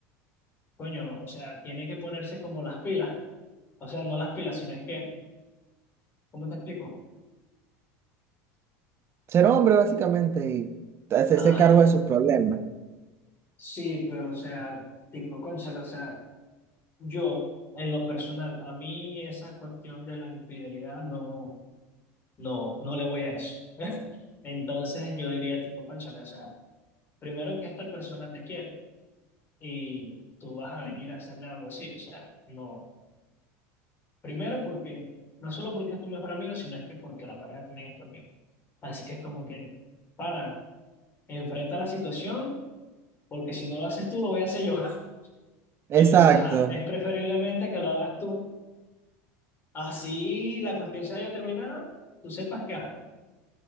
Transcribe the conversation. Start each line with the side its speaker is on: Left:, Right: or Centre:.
Left: coño, o sea, tiene que ponerse como las pilas. O sea, no las pilas, sino es que ¿Cómo te explico?
Right: ser hombre, básicamente, y hacerse
Left: Ah,
Right: cargo de sus problemas.
Left: sí, pero o sea, tipo, cónchale, o sea, yo, en lo personal, a mí esa cuestión de la infidelidad no, no, no le voy a eso. <laughs> Entonces yo diría, tipo, cónchale, o sea, primero que esta persona te quiere y tú vas a venir a hacerle algo así, o sea, no. Primero porque, no solo porque es tu mejor amigo, sino es que porque la pareja también es tu amigo. Así que es como que, pana, enfrenta la situación, porque si no lo haces tú, lo voy a hacer yo. <laughs>
Right: Exacto,
Left: Entonces, ajá, es preferiblemente que lo hagas tú. Así la cuestión se haya terminado, tú sepas que, ajá,